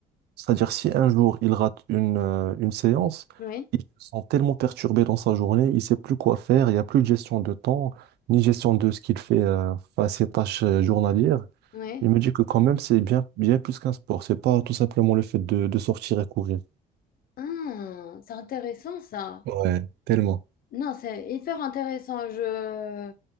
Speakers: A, on the right; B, on the left.
A: c'est-à-dire si un jour il rate une, euh, une séance,
B: Oui.
A: il se sent tellement perturbé dans sa journée, il ne sait plus quoi faire, il n'y a plus de gestion de temps, ni gestion de ce qu'il fait euh, face à ses tâches euh, journalières.
B: Oui.
A: Il me dit que quand même, c'est bien, bien plus qu'un sport. C'est pas tout simplement le fait de de sortir et courir.
B: Ah, c'est intéressant, ça.
A: Ouais, tellement.
B: Non, c'est hyper intéressant. Je...